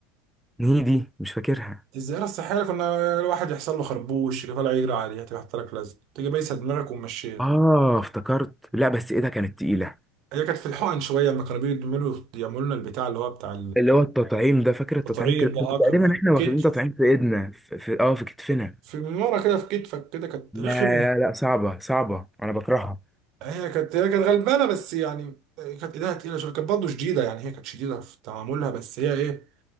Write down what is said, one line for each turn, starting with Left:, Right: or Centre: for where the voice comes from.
Centre: دي مش فاكرها
Right: الزيارة الصحية كنا الواحد يحصل له خربوش يجي طالع يجري عليها تيجي حاطة لك لزق تيجي بايسة دماغك وممشية
Centre: اه افتكرت لا بس ايه ده كانت تقيلة
Right: هي كانت في الحقن شوية لما كانوا بيعملوا يعملوا لنا البتاع اللي هو بتاع
Centre: اللي هو التطعيم ده فاكر التطعيم
Right: التطعيم
Centre: كده
Right: ده اه
Centre: كنا
Right: كان
Centre: تقريبا
Right: في
Centre: احنا واخدين
Right: الكتف
Centre: تطعيم في ايدنا في في- اه في كتفنا
Right: في من ورا كده في كتفك كده كانت
Centre: لا
Right: رخمة
Centre: لا لا صعبة صعبة انا بكرهها
Right: هي كانت هي كانت غلبانة بس يعني كانت ايدها تقيلة شوية كانت برضه شديدة يعني هي كانت شديدة في تعاملها بس هي ايه